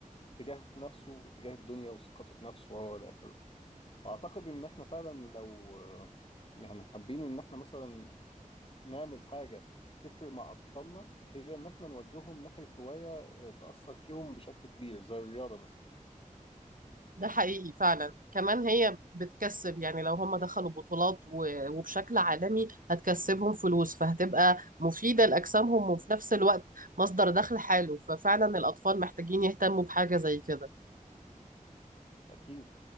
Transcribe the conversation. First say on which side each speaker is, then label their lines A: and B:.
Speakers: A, on the left (about 40°); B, on the right (about 85°).
A: تجاه نفسه وتجاه الدنيا وثقته بنفسه وهو الآخر أعتقد إن إحنا فعلا لو يعني حابين إن إحنا مثلا نعمل حاجة تفرق مع أطفالنا هي إن إحنا نوجههم ناحية هواية آه، تأثر فيهم بشكل كبير زي الرياضة مثلا
B: ده حقيقي فعلا كمان هي بتكسب يعني لو هم دخلوا بطولات و- وبشكل عالمي هتكسبهم فلوس فهتبقى مفيدة لأجسامهم وفي نفس الوقت مصدر دخل حلو ففعلا الأطفال محتاجين يهتموا بحاجة زي كده
A: أكيد